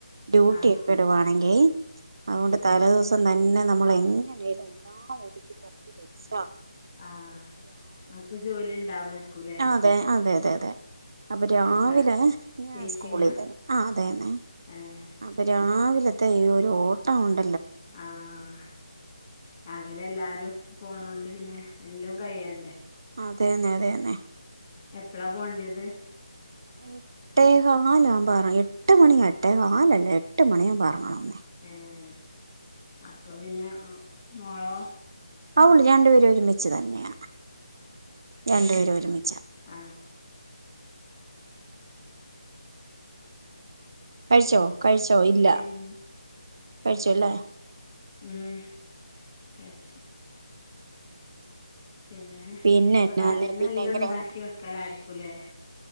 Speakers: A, on the right; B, on the left.
A: ഡ്യൂട്ടി
B: ആഹ്
A: ഒക്കെ ഇടുവാണെങ്കിൽ അത്കൊണ്ട്
B: ഉം
A: തലേ ദിവസം <unintelligible> നമ്മള് എങ്ങനേലും എല്ലാം ഒതുക്കി പറക്കി വെച്ച്
B: ആഹ അനക്ക് ജോലിണ്ടാവേക്കുലെ
A: ആ അതെ അതെ അതെതെതെ അപ്പൊ രാവിലെ
B: എന്താ
A: ഞാൻ
B: ടീച്ചിങ്ങാ
A: സ്കൂളിൽ ആ അതെന്നെ
B: ഏഹ്
A: അപ്പൊ രാവിലെ ത ഒരു ഓട്ടംണ്ട്
B: ആഹ രാവിലെ എല്ലാരും പോണോണ്ട് പിന്നെ എല്ലും കയ്യണ്ടേ
A: അതെന്നെ അതെന്നെ
B: എപ്പളാ പോണ്ട്യത്
A: എട്ടേ കാലമ്പ ഏറ എട്ട് മണി എട്ടേ കാലല്ലേ എട്ട് മണിയമ്പ ഇറങ്ങണം
B: ഏഹ് അപ്പൊ പിന്നെ മോളോ
A: ആഹ് ഉള്ളൂ രണ്ടുപേരെ ഒരുമി ച്ച് തന്നെയ രണ്ടു പേരെ ഒരുമി
B: ആ
A: കഴിച്ചോ? കഴിച്ചോ ഇല്ല
B: പിന്നെ
A: കഴിച്ചുല്ലേ?
B: ഉം കഴിച്ചു പിന്നെ
A: പിന്നെ
B: എന്നിട്ടപ്പ
A: എന്നാന്ന്
B: തലേന്നെല്ലാം
A: പിന്നെ എങ്ങനെ
B: ഉണ്ടാക്കി
A: അങ്ങ്
B: വെക്കലാരിക്കുല്ലെ